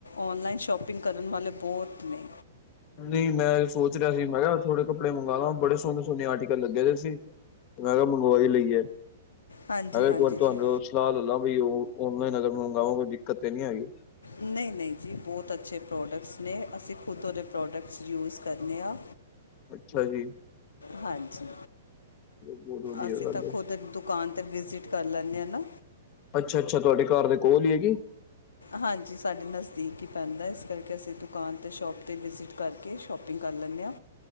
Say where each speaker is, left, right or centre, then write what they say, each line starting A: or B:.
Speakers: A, on the left (about 70°); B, on the left (about 35°).
A: ਔਨਲਾਈਨ ਸ਼ੋਪਿੰਗ ਕਰਨ ਵਾਲੇ ਬਹੁਤ ਨੇ
B: ਨਹੀਂ ਮੈਂ ਸੋਚ ਰਿਹਾ ਸੀ ਮੈਂ ਕਿਹਾ ਥੋੜੇ ਕੱਪੜੇ ਮੰਗਵਾਲਾ ਬੜੇ ਸੋਹਣੇ-ਸੋਹਣੇ ਆਰਟੀਕਲ ਲੱਗੇ ਦੇ ਸੀ ਮੈਂ ਕਿਆ ਮੰਗਵਾ ਇ ਲਈਏ ਮੈ
A: ਹਾਂਜੀ
B: ਕਿਆ
A: ਹਾਂਜੀ
B: ਇੱਕ ਵਾਰ ਤਵਾਣੁ
A: ਜੀ
B: ਸਲਾਹ ਲੈ ਲਾਂ ਵੀ ਉਹ ਔਨਲਾਈਨ ਅਗਰ ਮੰਗਾਵ ਕੋਈ ਦਿੱਕਤ ਨੀ ਆਇ
A: ਨਹੀਂ-ਨਹੀਂ ਜੀ ਬਹੁਤ ਅੱਛੇ ਪ੍ਰੋਡਕਟਸ ਨੇ ਅਸੀਂ ਖੁਦ ਉਹਦੇ ਪ੍ਰੋਡਕਟਸ ਯੂਜ ਕਰਨੇ ਆਂ
B: ਅੱਛਾ ਜੀ
A: ਹਾਂਜੀ
B: ਬਹੁਤ ਵਧੀਆ
A: ਅਸੀਂ
B: ਗੱਲ
A: ਤਾਂ
B: ਹੈ
A: ਖੁਦ ਦੁਕਾਨ 'ਤੇ ਵਿਸੀਟ ਕਰ ਲੈਂਦੇ ਹਾਂ ਨਾ
B: ਅੱਛਾ-ਅੱਛਾ ਤੁਹਾਡੇ ਘਰ ਦੇ ਕੋਲ ਇ ਕੀ
A: ਹਾਂਜੀ ਸਾਡੇ ਨਜ਼ਦੀਕ ਹੀ ਪੈਂਦਾ ਇਸ ਕਰਕੇ ਅਸੀਂ ਦੁਕਾਨ 'ਤੇ ਸ਼ੋਪ 'ਤੇ ਵਿਸੀਟ ਕਰਕੇ ਸ਼ੋਪਿੰਗ ਕਰ ਲੈਂਦੇ ਆਂ